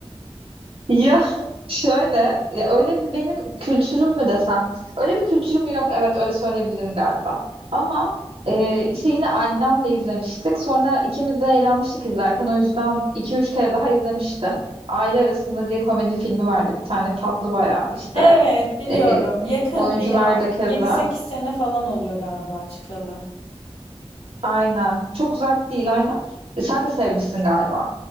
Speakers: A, on the right (about 65°); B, on the left (about 70°).
A: Ya şöyle, ya öyle bir benim kültürüm mü desem? Öyle bir kültürüm yok, evet öyle söyleyebilirim galiba. Ama e, şey yine annemle izlemiştik. Sonra ikimiz de eğlenmiştik izlerken. O yüzden iki üç kere daha izlemiştim. Aile Arasında diye komedi filmi vardı bir tane tatlı bayağı işte.
B: Evet, biliyorum.
A: E,
B: Yakın
A: oyuncular
B: bir a-
A: da keza.
B: 7-8 sene falan oluyor galiba çıkalı.
A: Aynen. Çok uzak değil aynen. E, sen de sevmişsin galiba.